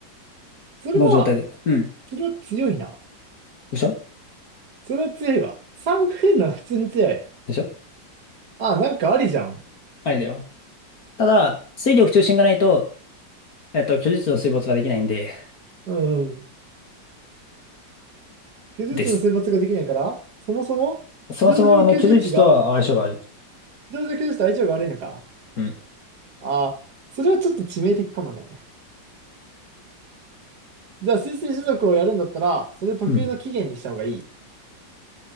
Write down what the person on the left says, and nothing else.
の状態で。うん。
でしょ
でしょ
あれだよ。ただ、水力中心がないと、えっと、居住地の水没ができないんで、
です。
そもそも、
あの、居住地とは相性が悪い。
うん。
うん。